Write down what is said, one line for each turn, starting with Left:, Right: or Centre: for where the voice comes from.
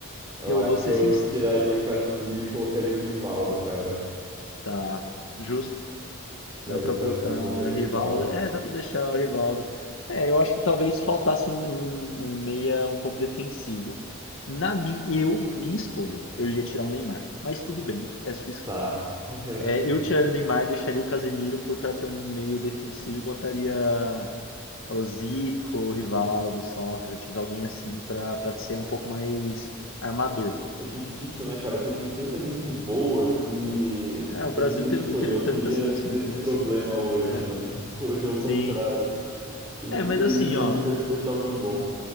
Left: Eu
Right: eu acho
Left: vou ser
Right: que eu
Left: sincero.
Right: tiraria o Casimiro e colocaria o Rivaldo, cara.
Left: Tá, justo.
Right: Tiraria
Left: Dá pra
Right: o Casimiro
Left: botar
Right: e colocaria
Left: Rivaldo.
Right: o Rivaldo.
Left: É, dá pra deixar o Rivaldo. É, eu acho que talvez faltasse um, um, um meia um pouco defensivo. Na minha, eu, minha escolha, eu ia tirar o Neymar. Mas tudo bem, é sua escolha.
Right: Tá. <laughs>
Left: É, eu tiraria o Neymar, deixaria o Casemiro por para ter um meio defensivo e botaria o Zico, o Rivaldo, Sócrates, alguém assim para para ser um pouco mais armador.
Right: É difícil, né, cara? Porque tem tanta gente boa que,
Left: É,
Right: que fica
Left: o Brasil
Right: difícil
Left: teve,
Right: de escolher.
Left: teve
Right: Eu
Left: tantas
Right: queria
Left: seleções
Right: ter esse
Left: boas.
Right: problema hoje,
Left: É,
Right: né? <laughs> Hoje é o
Left: sim.
Right: contrário. Tem
Left: É,
Right: tanta
Left: mas assim,
Right: gente ruim
Left: ó,
Right: que tá difícil achar alguém bom.